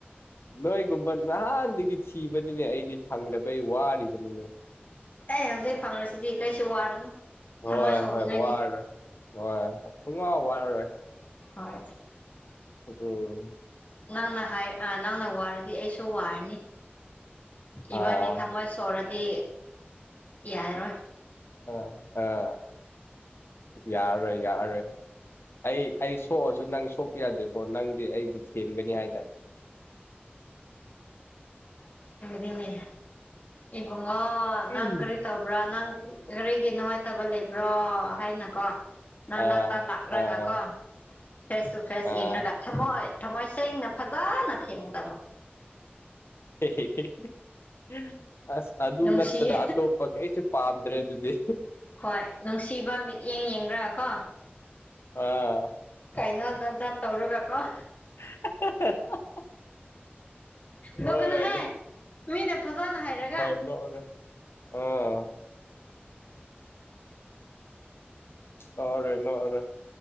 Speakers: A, on the left; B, on the left.
A: ꯅꯣꯏꯒꯨꯝꯕ ꯅꯍꯥꯟꯗꯒꯤ ꯊꯤꯕꯅꯤꯅꯦ ꯑꯩꯗꯤ ꯐꯪꯗꯕꯩ ꯋꯥꯔꯤꯕꯅꯤꯅꯦ
B: ꯑꯩ ꯍꯧꯖꯤꯛ ꯐꯪꯁꯤꯗꯤ ꯀꯩꯁꯨ ꯋꯥꯔꯅꯨ
A: ꯍꯣꯏ
B: ꯊꯃꯣꯏ ꯁꯣꯛꯅꯤꯡꯉꯥꯏꯅꯤ
A: ꯍꯣꯏ ꯋꯥꯔꯔꯣꯏ ꯍꯣꯏ ꯁꯨꯝ ꯋꯥꯔꯔꯣꯏ
B: ꯍꯣꯏ
A: ꯎꯝ
B: ꯅꯪꯅ ꯍꯥꯏ ꯅꯪꯅ ꯋꯥꯔꯗꯤ ꯑꯩꯁꯨ ꯋꯥꯔꯅꯤ ꯏꯕꯥꯅꯤ
A: ꯑꯥ
B: ꯊꯃꯁ ꯁꯣꯔꯣꯔꯗꯤ ꯌꯥꯔꯔꯣꯏ
A: ꯑ ꯑꯥ ꯌꯥꯔꯣꯏ ꯌꯥꯔꯣꯏ ꯑꯩ ꯑꯩ ꯁꯣꯛꯑꯁꯨ ꯅꯪ ꯁꯣꯛꯄ ꯌꯥꯗꯦꯀꯣ ꯅꯪꯗꯤ ꯑꯩꯕꯨ ꯊꯦꯟꯒꯅꯤ ꯍꯥꯏꯇꯥꯔꯦ
B: ꯅꯦ ꯏꯕꯉꯣ ꯅꯥꯡ
A: ꯎꯝ.
B: ꯀꯔꯤ ꯇ ꯭ꯔꯥ ꯅꯪ ꯀꯔꯤꯒꯤ ꯅꯨꯡꯉꯥꯏꯇꯕ ꯂꯩꯕ꯭ꯔꯣ ꯍꯥꯏꯅꯀꯣ ꯅꯥꯟꯥꯛꯇꯂ
A: ꯑꯥ ꯑꯥ
B: ꯏꯒ ꯀꯣ ꯐꯦꯁ ꯇꯨ ꯐꯦꯁ
A: ꯑꯥ
B: ꯌꯦꯡꯂꯡꯉꯒ ꯊꯝꯃꯣꯏ ꯊꯝꯃꯣꯏ ꯁꯦꯡꯅ ꯐꯖꯅ ꯊꯦꯡꯉꯗꯕ
A: ꯍꯦ ꯍꯦ ꯍꯦ ꯍꯦ ꯑꯁ ꯑꯗꯨ
B: ꯅꯨꯡꯁꯤ
A: ꯅꯠꯇꯅ ꯑꯇꯣꯞꯄ ꯀꯩꯁꯨ ꯄꯥꯝꯗ꯭ꯔꯦ ꯑꯗꯨꯗꯤ
B: ꯍꯣꯏ ꯅꯨꯡꯁꯤꯕ ꯃꯤꯠꯌꯦꯡ ꯌꯦꯡꯕ꯭ꯔ ꯀꯣ
A: ꯑꯥ
B: ꯀꯩꯅꫭꯗ ꯖꯥꯠꯖ ꯇꯧꯔꯒꯥ ꯀꫭ
A: <inaudible>
B: ꯅꫭꯛꯀꯅꯨꯍꯦ
A: ꯍꯣꯏ
B: ꯃꯤꯅ ꯐꯖꯅ ꯍꯥꯏꯔꯒ
A: ꯅꫭꯛꯑꯔꯥꯏ ꯑꯣ ꯅꯣꯛꯑꯔꯣꯏ ꯅꯣꯛꯑꯔꯣꯏ